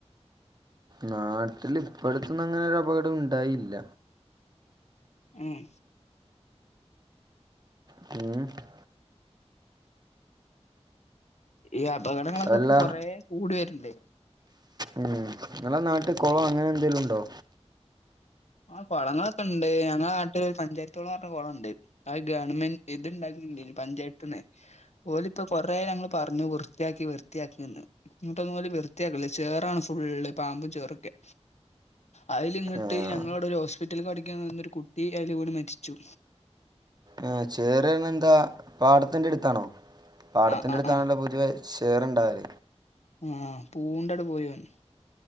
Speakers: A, on the right; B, on the left.
A: നാട്ടിൽ ഇപ്പഴത്തൊന്നും അങ്ങനെ ഒരു അപകടം ഉണ്ടായില്ല
B: ഉം
A: പി <unintelligible>
B: ഈ അപകടങ്ങളൊക്കെ
A: അല്ല
B: ഇപ്പൊ കൊറ കൂടി വരുണ്ട്
A: ഉം. നിങ്ങളെ നാട്ട കുളം അങ്ങനെ എന്തെലും ഉണ്ടോ
B: ആ കുളങ്ങളൊക്കെ ഉണ്ട് ഞങ്ങളുടെ നാട്ടില് പഞ്ചായത്തോളന്ന് പറഞ്ഞ കുളംുണ്ട് അ ഗവൺമെന്റ് ഇത്ണ്ടാക്കുന്നുണ്ട് പഞ്ചായത്തന്ന പോലെ ഇപ്പോൊ കൊറെ ആ ഞങ്ങള്ൾ പറഞ്ഞു വൃത്തിയാക്കി വൃത്തിയാക്കിന്ന് ഇിട്ട അന്ന പോോലെ വൃത്തിയാക്കല്ല ചേറാണ് ഫുള്ള് പാമ്പും ചേറൊക്കെ അതിൽ ഇങ്ങട്ട്
A: ആ
B: അവിടെ ഒരു ഹോസ്പിറ്റലിൽ കടിക്കാൻന്നൊരു കുട്ടി അലപല മരിച്ചു
A: ഏ ചേറ എന്താ പാടത്തിന്റെ അടുത്താണോ പാടത്തിന്റെ
B: ആഹ് ആഹ്
A: അടുത്താണല്ല പൊതിയവ ഷെയർുണ്ടാവൽ
B: ആഹ പൂണ്ടടെ പോയൻ